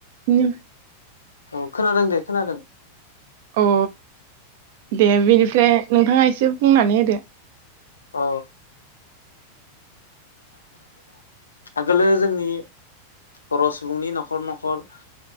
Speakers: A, on the right; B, on the left.
A: उनो <unintelligible>
B: औ खोनादों दे खोनादों
A: अ दे बिनिफ्राय नोंथाङा एसे बुंनानै होदो
B: अ आगोलो जोंनि बर' सुबुंनि न'खर न'खर